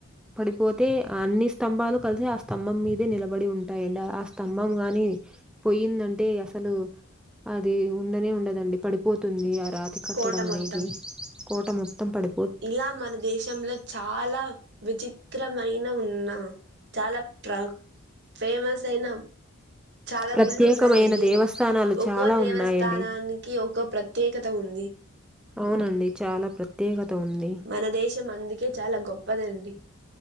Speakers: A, in the centre; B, on the right.
A: పడిపోతే అన్ని స్తంభాలు కలిసి ఆ స్తంభం మీదే నిలబడి ఉంటాయండి ఆ స్తంభం గాని పొయ్యిందంటే అసలు అది ఉండనే ఉండదండి పడిపోతుంది రాతి కట్టడం
B: కోట మొత్తం.
A: అనేది కోట మొత్తం పడు
B: ఇలా మన దేశంలో చాలా విచిత్రమైన ఉన్న చాలా ప్ర ఫేమస్ అయిన చాలా
A: ప్రత్యేకమైన
B: గుళ్ళు ఉన్నాయండి
A: దేవస్థానాలు
B: ఒక్కో
A: చాలా
B: దేవస్థానానికి
A: ఉన్నాయండి
B: ఒక ప్రత్యేకత ఉంది
A: అవునండి చాలా ప్రత్యేకత ఉంది.
B: మన దేశం అందుకే చాలా గొప్పదండి